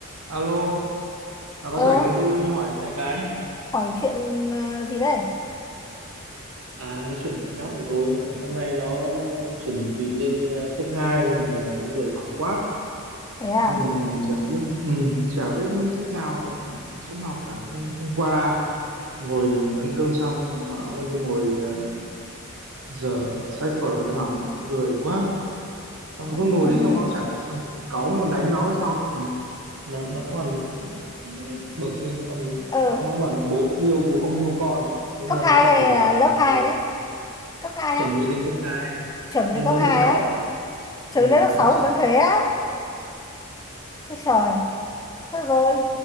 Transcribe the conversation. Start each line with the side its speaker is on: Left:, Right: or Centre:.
Right: Alo, à, có
Left: Ờ,
Right: rảnh không tôi hỏi cái này cái.
Left: hỏi chuyện ờ, gì đây?
Right: À cái chuyện thằng nhóc của tôi mà năm nay nó chuẩn bị lên ờ, cấp 2 nhưng mà dạo này nó lười học quá
Left: Thế à?
Right: nên là chả biết ừ, chả biết cách nào để nó chăm học cả. Hôm, hôm qua ngồi ăn cơm xong bảo lên ngồi ờ, dở sách vở ra học mà nó lười quá. Xong nó
Left: <laughs>
Right: cứ ngồi đi xong nó chả học xong mình cáu mình còn đánh nó hay sau nó còn nó nó còn ừ, bực nên nó còn
Left: Ờ,
Right: mắng nó bảo là bố không yêu bố không yêu con thế
Left: cấp
Right: thôi
Left: 2
Right: nó chạy
Left: hay
Right: vùng
Left: là
Right: vằng
Left: lớp
Right: ra ngoài
Left: 2
Right: luôn
Left: đấy? Cấp hai
Right: chuẩn
Left: á?
Right: bị lên cấp hai
Left: Chuẩn bị
Right: lên
Left: đến cấp
Right: lên
Left: 2
Right: lớp sáu
Left: á?
Right: ừ,
Left: Chuẩn bị
Right: lên
Left: đến lớp 6
Right: lớp sáu
Left: vẫn thế á? Ôi trời, thế rồi.